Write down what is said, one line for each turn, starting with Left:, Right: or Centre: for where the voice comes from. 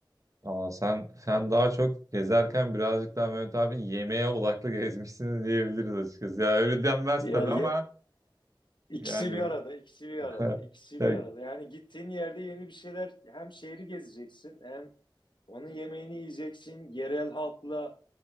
Right: Aa, sen sen daha çok gezerken birazcık daha Mehmet abi yemeğe odaklı <laughs> gezmişsiniz diyebiliriz açıkçası. Ya öyle denmez
Left: Ya
Right: tabii
Left: ye
Right: ama
Left: İkisi
Right: yani.
Left: bir arada, ikisi bir
Right: <laughs>
Left: arada, ikisi
Right: Ya-
Left: bir arada. Yani gittiğin yerde yeni bir şeyler hem şehri gezeceksin hem onun yemeğini yiyeceksin. Yerel halkla